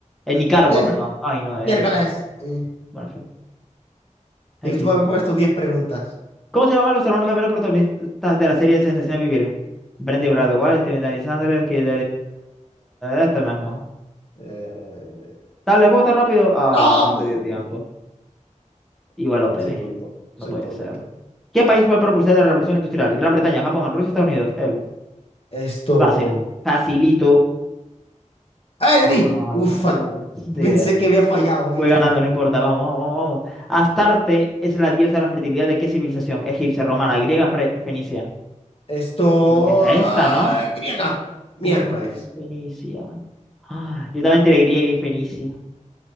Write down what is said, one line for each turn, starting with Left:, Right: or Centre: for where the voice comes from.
Centre: En Nicaragua,
Left: el
Centre: perdón. Ay, no, es.
Left: miércoles. Eh,
Centre: Bueno, en fin.
Left: Debiste
Centre: XD.
Left: haber puesto 10 preguntas.
Centre: ¿Cómo se llamaban los hermanos gemelos protagonistas de la serie Sensación de Vivir? Brandy Brad Steven Danny Sanders, que este mismo.
Left: Eh,
Centre: Dale, vota rápido. Ah,
Left: no.
Centre: no te dio tiempo. Igual lo peleé.
Left: Soy tonto. Soy
Centre: No puede
Left: tonto.
Centre: ser. ¿Qué país fue el propulsor de la Revolución Industrial? Gran Bretaña, Japón, Rusia, Estados Unidos. Él.
Left: Esto.
Centre: Fácil. Facilito.
Left: ¡Ah, le
Centre: Ay,
Left: di! Uf,
Centre: no puede
Left: fa-
Centre: ser.
Left: pensé que había fallado, ¿viste?
Centre: Voy ganando, no importa, vamos, vamos, vamos. Astarte es la diosa de la fertilidad de qué civilización? Egipcia, romana, griega, fre- fenicia.
Left: Esto.
Centre: Creo que es
Left: ah,
Centre: esta, ¿no?
Left: griega. Miércoles.
Centre: No, fenicia. Ah, yo también tiré griega y fenicia.